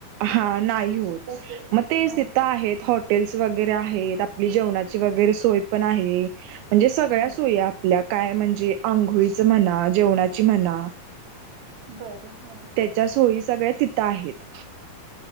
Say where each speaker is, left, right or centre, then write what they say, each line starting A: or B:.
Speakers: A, on the right (about 85°); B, on the right (about 50°).
A: हा नाही होत
B: तसे
A: मग ते
B: हा
A: तिथं आहेत. हॉटेल्स वगैरे आहेत आपली जेवणाची वगैरे सोय पण आहे म्हणजे सगळ्या
B: बर
A: सोय आपल्या काय म्हणजे आंघोळीचं म्हणा जेवणाची म्हणा
B: बर हा
A: त्याच्या सोयी सगळ्या तिथं आहेत.